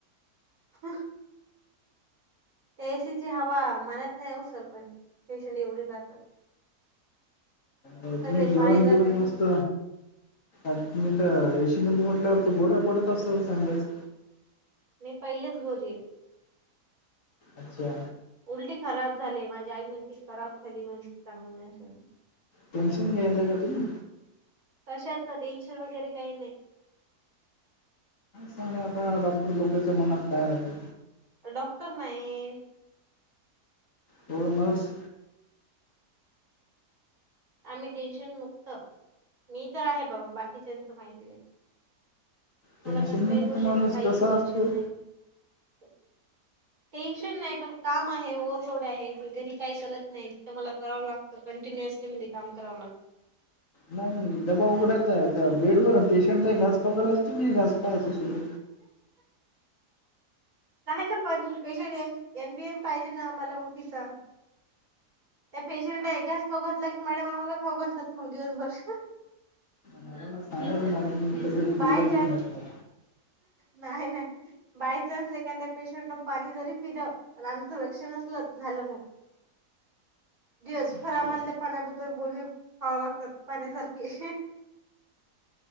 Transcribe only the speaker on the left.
तुम्ही
जेवण
घेऊन मसत आ्ी तर एशी मध्ये म्हटल्यावर तर गोऱ्या पडत असाल चांगल्याच
अच्छा
टेन्शन घ्यायला का त ना
सांग आता डॉक्टर लोकांच्या मनात काय राहते.
हो नर्स
टेन्शन
मुक्त
माणूस
कसा
असतो
नाही डबा उघडायचा बेडवर पेशंटला घास फकला असत नाही घास पायच सुल
मॅडम सांगल मॅडम मी सध
बिघड घेऊनणार.
अच्छा